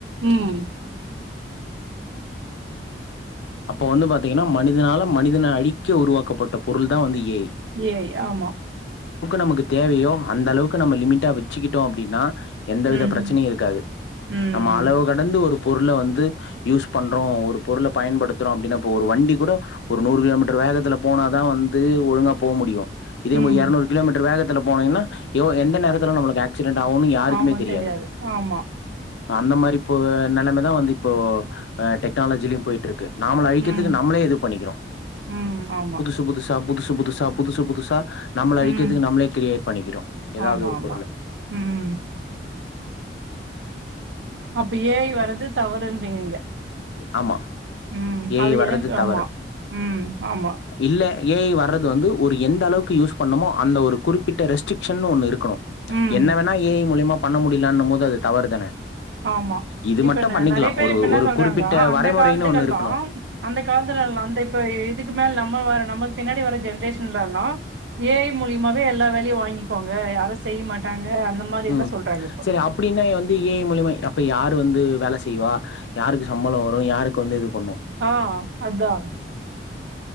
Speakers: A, on the right; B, on the left.
A: உம்
B: அப்ப வந்து பாத்தீங்கன்னா மனிதனால மனிதன அழிக்க உருவாக்கப்பட்ட பொருள் தான் வந்து ஏ ஐ
A: ஏ ஐ ஆமா
B: நமக்கு தேவையோ அந்த அளவுக்கு நம்ம லிமிட்டா வச்சுக்கிட்டோம் அப்படின்னா எந்தவித
A: ம்
B: பிரச்சனையும் இருக்காது
A: ம்
B: நம்ம அளவு கடந்து ஒரு பொருள வந்து யூஸ் பண்றோம் ஒரு பொருள பயன்படுத் துறோம் அப்படின்னா இப்ப ஒரு வண்டி கூட ஒரு நூறு கிலோமீட்டர் வேகத்துல போனாதான் வந்து ஒழுங்கா போ முடியும் இதே
A: ம்
B: எரநூறு கிலோமீட்டர் வேகத்த போனீங்கன்னா எந்த நேரத்தில் நம்மளுக்கு ஆக்சி ரெண்ட் ஆகும் யாருக்குமே
A: ஆமா
B: தெரியாது
A: ஆமா
B: அந்த மாரி இப்போ நிலமைதான் வந்து இப்போ டெக்னாலஜிலயும் போயிட்டு இருக்கு நாமல அழிக்கிறதுக்கு
A: ம்
B: நம்மளே இது பண்ணிக்கிறோம்
A: ம் ஆமா
B: புதுசு புதுசு புதுசு புதுசா புதுசு புதுசா நம்மள அழக்கிறதுக்கு
A: ம்
B: நம்மளே கிரியேட் பண்ணிக்கிறோம் ஏதாவது
A: ஆமா
B: ஒரு
A: ஆமா
B: பொருள
A: ம் அப்ப ஏ ஐ வர்றது தவறுன்றீங்க நீங்க
B: ஆமா
A: உம்
B: ஏ
A: அது
B: ஐ வர்றது
A: எனக்கு ஆமா
B: தவறு
A: உம் ஆமா
B: இல்ல ஏ ஐ வர்றது வந்து ஒரு எந்த அளவுக்கு யூஸ் பண்ணமோ அந்த ஒரு குறிப்பிட்ட ரெஸ்ட்ரிக்ஷன் ஒன்னு இருக்கணும்
A: ம்.
B: என்ன வேணா ஏ ஐ மூலியமா பண்ண முடியலான்னும் போது அது தவறு தானே
A: ஆமா
B: இது
A: இப்ப
B: மட்டு
A: நெ
B: பண்ணிக்கலா
A: நறைய பேர்
B: ஒரு
A: இப்ப என்ன
B: ஒரு
A: சொல்
B: குறிப்பிட்ட
A: ரகனா அந்த
B: வரைமுறைன்னு
A: காலத்துக்கெல்லாம்
B: ஒண்ணு இருக்கணு
A: அந்த காலத்துல்லாம் அந்த இப்ப இதுக்கு மேல நம்ம வற நம்ம நமக்கு பின்னாடி வர ஜெனரேஷன்ல எல்லாம் ஏ ஐ மூலியமாவே எல்லா வேலையும் வாங்கிக்குவாங்க யாரும் செய்ய மாட்டாங்க அந்த மாரி எல்லாம்
B: உம்
A: சொல்றாங்க இப்ப.
B: சரி அப்படின்னா வந்து ஏ ஐ மூலியமா இப்ப யாரு வந்து வேல செய்வா யாருக்கு சம்பளோ வரு யாருக்கு வந்து இது பண்ணு
A: ஆஹ் அதான்